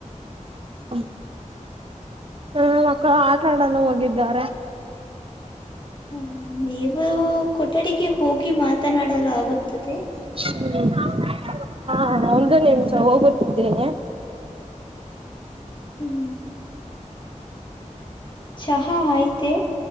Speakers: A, on the right; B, on the left.
A: <unintelligible> ಹ್ಮ ಮಕ್ಕಳು ಆಟ ಆಡಲು ಹೋಗಿದ್ದಾರೆ
B: ಹ ನೀವು ಕೊಠಡಿಗೆ ಹೋಗಿ ಮಾತನಾಡಲು ಆಗುತ್ತದೆ.
A: ಹ್ಮ ಹಾ ಒಂದ ನಿಮಿಷ ಹೋಗುತ್ತಿದ್ದೇನೆ.
B: ಹ್ಮ್ ಚಹಾ ಆಯ್ತೆ